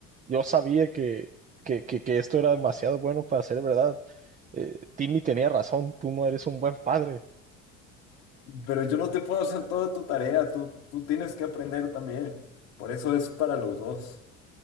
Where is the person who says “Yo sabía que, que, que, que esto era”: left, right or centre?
Right